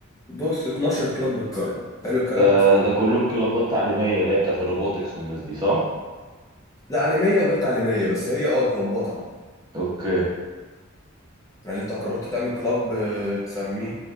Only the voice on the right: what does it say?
آه، ده كلهم كلابات تعليمية اللي هي بتاعت الروبوتكس والناس دي صح
اوكي